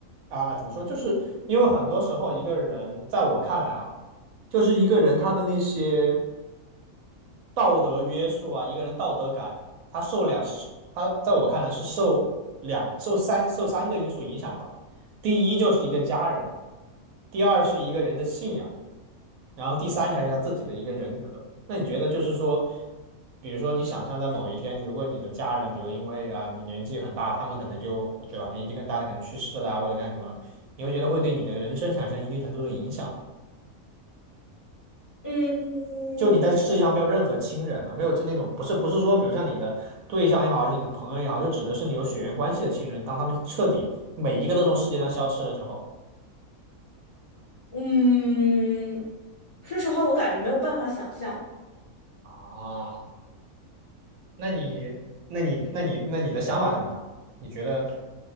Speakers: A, on the right (about 70°); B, on the left (about 30°).
A: 啊，怎么说？就是因为很多时候一个人，在我看来啊，就是一个人他的那些道德约束啊，一个人道德感，他受两是他在我看来是受两受三受三个因素影响吧。第一就是一个家人，第二是一个人的信仰。然后第三条是他自己的一个人格。那你觉得就是说，比如说你想象在某一天，如果你的家人，比如因为啊你年纪很大，他们可能就对吧，年纪更大的可能去世啦或者干什么了，你会觉得会对你的人生产生一定程度的影响吗？
B: 嗯
A: 就你在这世界上没有任何亲人了，没有就那种不是不是说，比如像你的对象也好，还是你的朋友也好，就指的是你有血缘关系的亲人，当他们彻底每一个都从世界上消失的时候
B: 嗯，说实话，我感觉没有办法想象。
A: 啊，那你那你那你那你的想法是什么？你觉得